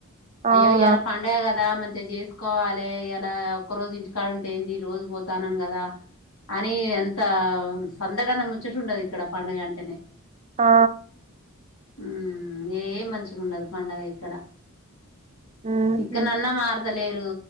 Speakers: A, on the right; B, on the left.
A: అవునా
B: అయ్యో ఇయాళ పండగ కదా ఎలా మంచిగా చేసుకోవాలి ఇలా ఒక్క రోజు ఇంటి ఎక్కడుంటే ఏంది రోజు పోతానం కదా అని అంత సందడన్న ముచ్చటటుండదు ఇక్కడ పండుగ అంటనే
A: ఆ
B: హ్మ్ ఏం మంచిగా ఉండదు పండగ ఇక్కడ
A: ఉహు
B: ఇక నన్న మారు తలేరు